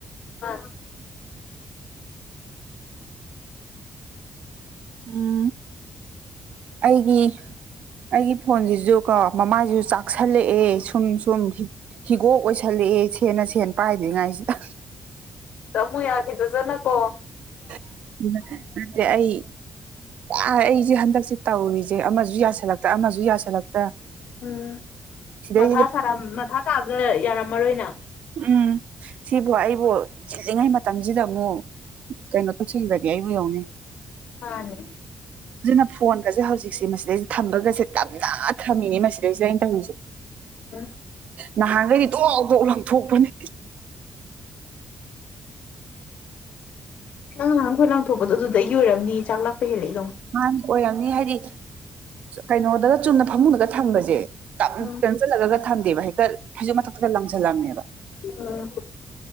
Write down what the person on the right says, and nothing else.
ꯎꯝ ꯑꯩꯒꯤ ꯑꯩꯒꯤ ꯐꯣꯟꯁꯤꯁꯨ ꯀꯣ ꯃꯃꯥꯁꯤꯁꯨ ꯆꯥꯛꯁꯜꯂꯛꯑꯦ ꯁꯨꯝ ꯁꯨꯝ ꯍꯤꯒꯣꯛ ꯑꯣꯏꯁꯜꯂꯛꯑꯦ ꯁꯦꯅ ꯁꯦꯟ ꯄꯥꯏꯗ꯭ꯔꯤꯉꯥꯏꯁꯤꯗ
<inaudible> ꯑ ꯑꯩ ꯑꯩꯁꯦ ꯍꯟꯗꯛꯁꯦ ꯇꯧꯔꯤꯁꯦ ꯑꯃꯁꯨ ꯌꯥꯁꯜꯂꯛꯇ ꯑꯃꯁꯨ ꯌꯥꯁꯜꯂꯛꯇ
ꯁꯤꯗꯩꯁꯤꯗ
ꯎꯝ ꯁꯤꯕꯨꯏ ꯑꯗꯨꯕꯨ ꯆꯤꯜꯂꯤꯉꯩ ꯃꯇꯝꯁꯤꯗ ꯑꯃꯨꯛ ꯀꯩꯅꯣ ꯇꯧꯁꯤꯟꯕ꯭ꯔꯗꯤ ꯑꯩꯕꯨ ꯌꯧꯅꯤ
ꯑꯗꯨꯅ ꯐꯣꯟꯒꯁꯦ ꯍꯧꯖꯤꯛꯁꯦ ꯃꯁꯤꯗꯩꯁꯤꯦ ꯊꯝꯕꯒꯁꯦ ꯇꯞꯅ ꯊꯝꯃꯤꯅꯦ ꯃꯁꯤꯗꯩꯁꯤꯗ ꯑꯩꯅ ꯇꯧꯔꯤꯁꯦ
ꯅꯍꯥꯟꯈꯩꯗꯤ ꯇꯣꯛ ꯇꯣꯛ ꯂꯪꯊꯣꯛꯄꯅꯦ
ꯃꯥꯗꯤ ꯑꯣꯏꯔꯝꯅꯤ ꯍꯥꯏꯗꯤ ꯀꯩꯅꯣꯗꯒ ꯆꯨꯝꯅ ꯐꯃꯨꯡꯗꯒ ꯊꯝꯕꯁꯦ
ꯆꯪꯁꯤꯜꯂꯒ ꯊꯝꯗꯦꯕ ꯍꯦꯛꯇ ꯍꯥꯏꯩꯖ ꯃꯊꯛꯇꯒ ꯂꯪꯁꯤꯜꯂꯝꯃꯦꯕ